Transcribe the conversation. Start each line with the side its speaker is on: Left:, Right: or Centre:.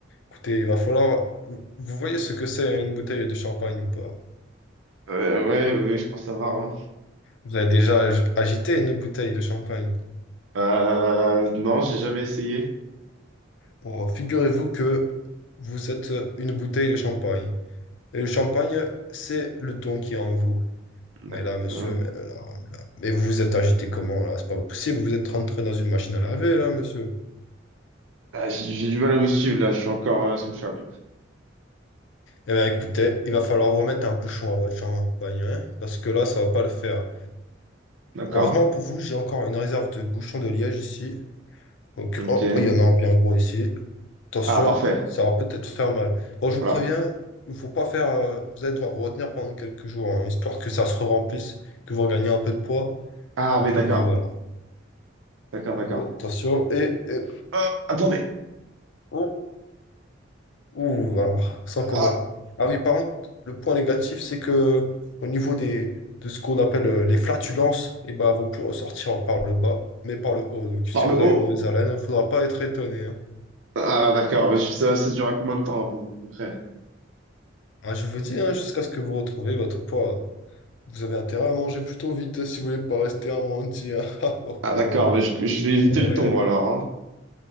Left: écoutez, il va falloir. Vous vous voyez ce que c'est une bouteille de champagne ou pas?
Right: Ouais, ouais, ouais, ouais, je crois savoir. ouais.
Left: Vous avez déjà ag- agité une bouteille de champagne.
Right: Euh, non, j'ai jamais essayé.
Left: Bon, figurez-vous que vous êtes une bouteille de champagne. Et le champagne, c'est le ton qui est en vous. Mais
Right: D'accord.
Left: là, monsieur, mais, euh, là, là- mais vous vous êtes agité comment là? C'est pas possible, vous êtes rentré dans une machine à laver là, monsieur.
Right: Ah, j'ai j'ai du mal à vous suivre là, je suis encore euh, sous le choc. là.
Left: Eh bien, écoutez, il va falloir remettre un bouchon à votre champagne, hein, parce que là, ça va pas le faire.
Right: D'accord.
Left: Heureusement pour vous, j'ai encore une réserve de bouchons de liège ici. Donc,
Right: Ok.
Left: oh, il y en a un bien gros ici. Attention,
Right: Ah, parfait.
Left: ça va peut-être faire mal. Bon, je vous
Right: Voilà.
Left: préviens, il faut pas faire. euh, vous allez devoir vous retenir pendant quelques jours, hein, histoire que ça se remplisse, que vous regagnez un peu de poids.
Right: Ah,
Left: Et puis
Right: mais d'accord.
Left: voilà.
Right: D'accord, d'accord.
Left: Oh, attention, et, et-
Right: Ah, attendez.
Left: oh, Ouh, alors, sans
Right: Ah,
Left: comment. Ah oui, par contre, le point négatif, c'est que au niveau des, de ce qu'on appelle euh, les flatulences, eh ben, elles vont plus ressortir par le bas, mais par le haut. Donc, si
Right: par le
Left: vous avez
Right: haut.
Left: mauvaise haleine, il ne faudra pas être étonné. hein.
Right: Ah, d'accord. mais je- Ça, ça dure à combien de temps à peu à peu près?
Left: Ah, je vous dis, hein, jusqu'à ce que vous retrouviez votre poids, vous avez intérêt à manger plutôt vite si vous voulez pas rester amoindri. hein. <laughs> Ah, oh,
Right: Ah,
Left: oh.
Right: d'accord. Mais je, je vais éviter
Left: Ah
Right: le
Left: ouais,
Right: ton
Left: hein.
Right: alors. Hein.